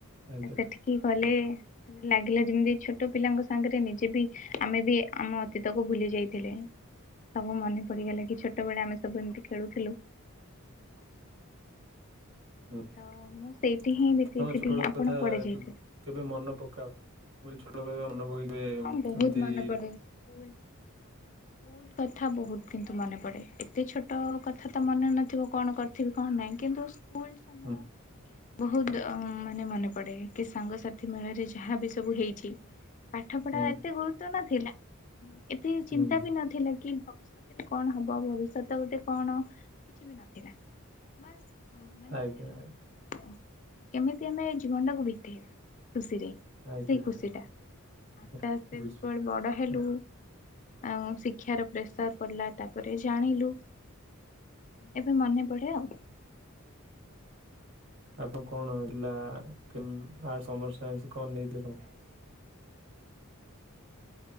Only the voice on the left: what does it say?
ସେଠିକି ଗଲେ ଲାଗିଲା ଯେମିତି ଛୋଟ ପିଲାଙ୍କ ସାଙ୍ଗରେ ନିଜେ ବି ଆମେ ବି ଆମ ଅତୀତକୁ ଭୁଲି ଯାଇଥିଲେ ସବୁ ମନେ ପଡ଼ିଗଲା କି ଛୋଟବେଳେ ଆମେ ସବୁ ଏମିତି ଖେଳୁଥିଲୁ।
ତ ମୁଁ ସେଇଠି ହିଁ ବିତେଇଥିଲି
ଆପଣ
କୁଆଡେ ଯାଇଥିଲେ?
ହଁ ବହୁତ ମନେ ପଡେ ସ୍କୁଲ ସ୍କୁଲ କଥା ବହୁତ କିନ୍ତୁ ମନେ ପଡେ ଏତେ ଛୋଟ କଥା ତ ମନେ ନଥିବ କଣ - ଥିବ କଣ ନାହିଁ କିନ୍ତୁ ସ୍କୁଲ ସମୟ
ବହୁତ ମାନେ ମନେ ପଡେ କି ସାଙ୍ଗସାଥି ମେଳରେ ଯାହା ବି ସବୁ ହେଇଛି ପାଠ ପଢା
ଏତେ ଗୁରୁତ୍ୱ ନଥିଲା ଏତେ
ଚିନ୍ତା ବି ନଥିଲା କି ଭବିଷ୍ୟତ ସେରେ କଣ ହବ ଭବିଷ୍ୟତ ଗୋଟେ କଣ କିଛି ବି ନଥିଲା ବସ୍ ମାନେ
କେମିତି ଆମେ ଜୀବନଟାକୁ ବିତେଇବା ଖୁସିରେ
ସେଇ ଖୁସିଟା
ଆଟା ଆ ସେପ
ବଡ ହେଲୁ
ଆଉ ଶିକ୍ଷାର ପ୍ରେସର ପଡ଼ିଲା ତାପରେ ଜାଣିଲୁ ଏବେ ମନେ ପଡେ ଆଉ